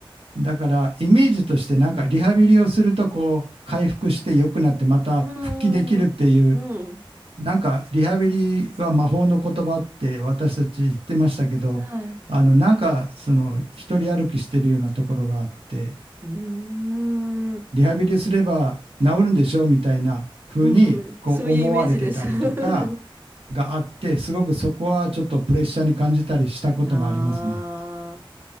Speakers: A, on the right; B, on the right.
A: だからイメージとしてなんかリハビリをするとこう回復して良くなってまた復帰できるっていう
B: うーん。うん。
A: なんかリハビリは魔法の言葉って私たち言ってましたけどあのなんかその一人歩きしてるようなところがあって
B: はい。うーん。
A: リハビリすれば治るんでしょうみたいな風にこう思われてたりとか
B: うん。そういうイメージです。<laughs>
A: があってすごくそこはちょっとプレッシャーに感じたりしたこともありますね。
B: ああ、